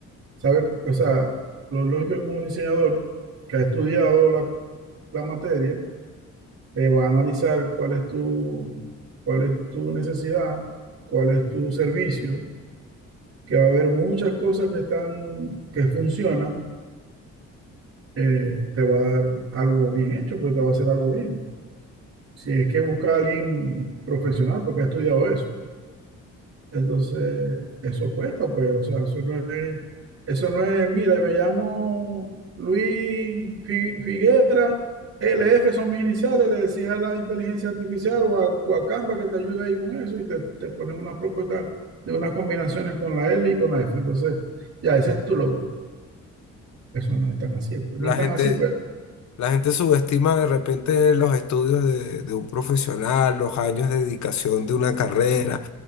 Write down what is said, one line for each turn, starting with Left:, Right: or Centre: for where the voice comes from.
Right: sabe, o sea, lo lógico es que un diseñador que ha estudiado la, la materia, te va a analizar cuál es tu, cuál es tu necesidad, cuál es tu servicio, que va a haber muchas cosas que están, que funcionan, eh, te va a dar algo bien hecho, pues te va a hacer algo bien. Si es que busca a alguien profesional porque ha estudiado eso. Entonces, eso cuesta, pues, o sea, eso no es, eso no es, mira, me llamo Luis Fi- Figuera, L F son mis iniciales, le decís a la inteligencia artificial o a, o a Canva que te ayude ahí con eso y te, te ponen unas propuestas de unas combinaciones con la L y con la F. Entonces, ya, ese es tu logo. Eso no es tan así, pues,
Left: La
Right: no es tan
Left: gente...
Right: así, pues,
Left: La gente subestima de repente los estudios de, de un profesional, los años de dedicación de una carrera,